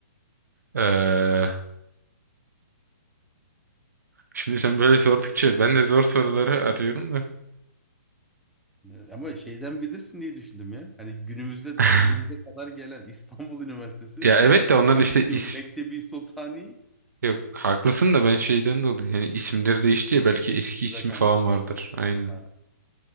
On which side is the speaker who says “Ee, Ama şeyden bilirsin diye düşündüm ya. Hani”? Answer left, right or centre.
Centre